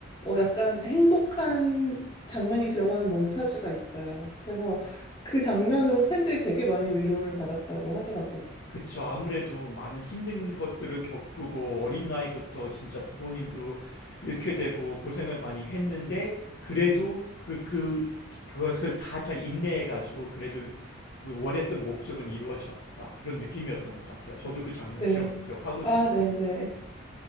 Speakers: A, on the left; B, on the left.
A: 어, 약간 행복한 장면이 들어가는 몽타주가 있어요. 그래서 그 장면으로 팬들이 되게 많이 위로를 받았다고 하더라고요.
B: 그쵸. 아무래도 많은 힘든 것들을 겪고 어린 나이부터 진짜 부모님도 잃게 되고 고생을 많이 했는데 그래도 그, 그, 그것을 다 잘 인내해가지고 그래도 그 원했던 목적은 이루어졌다. 그런 느낌이었던 것 같아요. 저도 그 장면
A: 네.
B: 기억, 기억하거든요.
A: 아, 네네.